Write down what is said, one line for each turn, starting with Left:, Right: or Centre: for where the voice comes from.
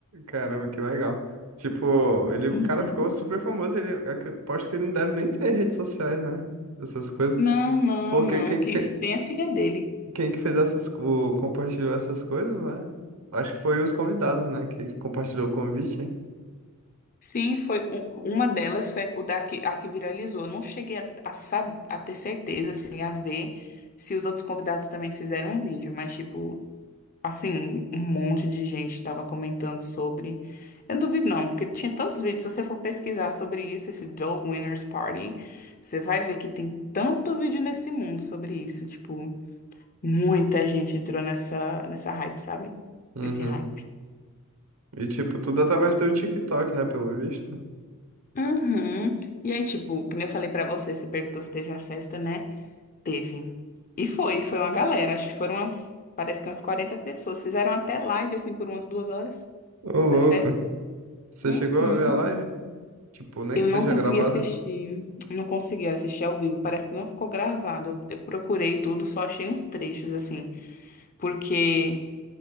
Right: Caramba, que legal. Tipo, ele, o
Left: Uhum.
Right: cara ficou super famoso. Ele, eu aposto que ele não deve nem ter redes sociais, né? Essas coisas.
Left: Não, não,
Right: Porque
Left: não.
Right: quem,
Left: Quem
Right: quem,
Left: tem é a filha dele.
Right: quem que fez essas, o, compartilhou essas coisas, né? Acho que foi os convidados, né? Que compartilhou o convite.
Left: Sim, foi um- uma delas, foi o da que, a que viralizou. Eu não cheguei a, a, sab- a ter certeza, assim, a ver se os outros convidados também fizeram um vídeo, mas, tipo, assim, um monte de gente estava comentando sobre. Eu não duvido, não, porque tinha tantos vídeos. Se você for pesquisar sobre isso, esse Joe Winners Party, você vai ver que tem tanto vídeo nesse mundo sobre isso. Tipo, muita gente entrou nessa, nessa hype, sabe?
Right: Uhum.
Left: Nesse hype.
Right: E, tipo, tudo através do TikTok, né? Pelo visto.
Left: Uhum. E aí, tipo, como eu falei pra você, você perguntou se teve a festa, né? Teve. E foi, foi uma galera. Acho que foram umas, parece que umas 40 pessoas. Fizeram até live, assim, por umas duas horas
Right: Ô, louco.
Left: da festa.
Right: Você
Left: Uhum.
Right: chegou a ver a live? Tipo, nem
Left: Eu
Right: que
Left: não
Right: seja
Left: consegui
Right: gravada.
Left: assistir, não consegui assistir ao vivo. Parece que não ficou gravado. Eu procurei tudo, só achei uns trechos, assim, porque.